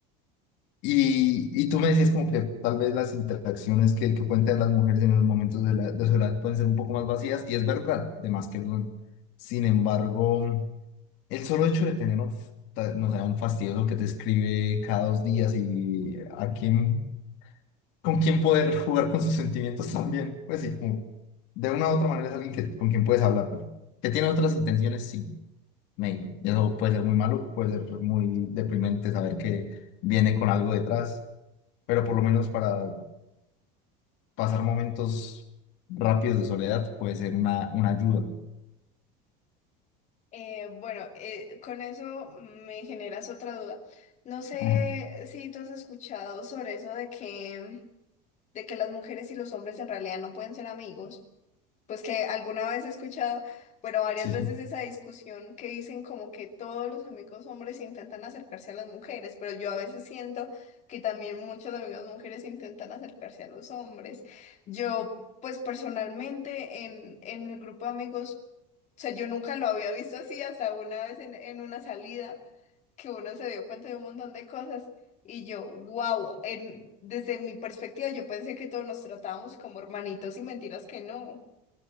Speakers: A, on the left; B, on the left.
A: Y, y tú me decías como que tal vez las interacciones que, que pueden tener las mujeres en los momentos de, la, de su edad pueden ser un poco más vacías, y es verdad, de más que lo son. Sin embargo, el solo hecho de tener un, f- ta- no sé, un fastidioso que te escribe cada dos días y a quién, con quién poder <laughs> jugar con sus sentimientos también, pues sí, como de una u otra manera es alguien que, con quien puedes hablar. Que tiene otras intenciones, sí, maybe. Y Eso puede ser muy maluco puede ser muy deprimente saber que viene con algo detrás, pero por lo menos para pasar momentos rápidos de soledad puede ser una, una ayuda.
B: Eh, bueno, eh, con eso me generas otra duda. No sé
A: Ajá,
B: si tú has escuchado sobre eso de que, de que las mujeres y los hombres en realidad no pueden ser amigos. Pues que alguna vez he escuchado, bueno, varias
A: Sí,
B: veces
A: <laughs> sí.
B: esa discusión que dicen como que todos los amigos hombres intentan acercarse a las mujeres, pero yo a veces siento que también muchos amigos mujeres intentan acercarse a los hombres. Yo, pues personalmente en, en el grupo de amigos, o sea, yo nunca lo había visto así hasta una vez en, en una salida que uno se dio cuenta de un montón de cosas y yo, wow, en, desde mi perspectiva yo pensé que todos nos tratábamos como hermanitos y mentiras que no.